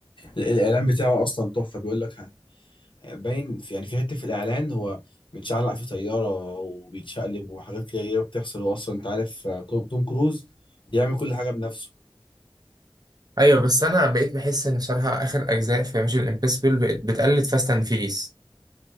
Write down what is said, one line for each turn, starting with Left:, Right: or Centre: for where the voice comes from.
Left: ال- الاعلان بتاعه اصلا تحفه بيقول لك باين في يعني في حته في الاعلان هو متشعلق في طياره وبيتشقلب وحاجات كده بتحصل هو اصلا انت عارف آه، توم توم كروز بيعمل كل حاجه بنفسه
Right: ايوه بس انا بقيت بحس ان بصراحه اخر اجزاء في ميشن امبوسيبل بقت بتقلد فاست اند فيريس